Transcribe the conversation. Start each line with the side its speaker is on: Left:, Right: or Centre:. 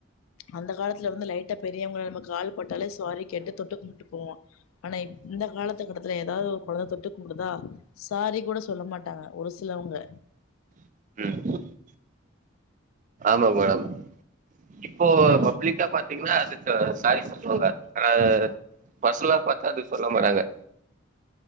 Left: அந்த காலத்துல வந்து லைட்ட பெ ரியவங்க நம்ம கால் பட்டாலே சாரி இதே நம்ம கால் பட்டாலே சாரி கேட்டு தொட்டு கும்புட்டு போவோம் ஆனா இந்த காலத்துக்கட்டத்துல ஏதாவது ஒல தொட்டு அப்டிதா சாரி கூட சொல்ல மாட்டாங்க ஒரு சிலவுங்க
Right: உஹம் ஆமாங்க மேடம் இப்ப பப்ளிக்கா பாத்தீங்கன்னா அது சாரி சொல்லுவாங்க ஹ பசலா பார்த்தா அதுக்கு சொல்ல மாட்டாங்க